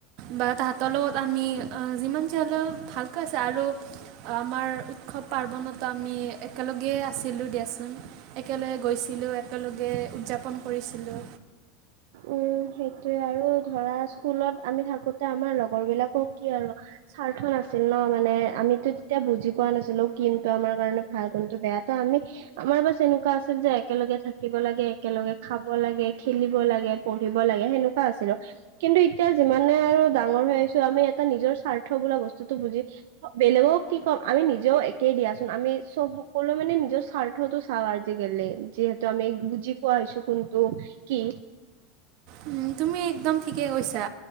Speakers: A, on the right; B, on the right.
A: বা তাঁহতৰ লগত আমি যিমান যিলেও ভালকৈ আছে আৰু আমাৰ উৎসৱ পাৰ্বণতো আমি একেলগেই আছিলোঁ দিয়াচোন একেলগে গৈছিলোঁ এক একেলগে উদযাপন কৰিছিলোঁ
B: উম সেইটোৱে আৰু ধৰা স্কুলত আমি থাকোতে আমাৰ লগৰ বিলাকক কি আৰু স্বাৰ্থ নাছিল ন মানে আমিতো তেতিয়া বুজি পোৱা নাছিলো, কিন্তু আমাৰ কাৰণে ভাল কোনটো বেয়াতো আ আমি আমাৰ বাছ এনেকুৱা আছিল যে একেলগে থাকিব লাগে, একেলগে খাব লাগে, খেলিব লাগে। পঢ়িব লাগে সেনেকুৱা আছিলো কিন্তু এতিয়া যিমানে আৰু ডাঙৰ হৈ আহিছো আমি এটা নিজৰ স্বাৰ্থ বোলা বস্তুতটো বুজি বেলেগক কি ক'ম আমি নিজেও একে দিয়াচোন আমি চব সকলোৱে মানে নিজৰ স্বাৰ্থতো চাওঁ আজি কালি যিহেতু আমি বুজি পোৱা হৈছো কিন্তু কি
A: উম, তুমি একদম ঠিকে কৈছা,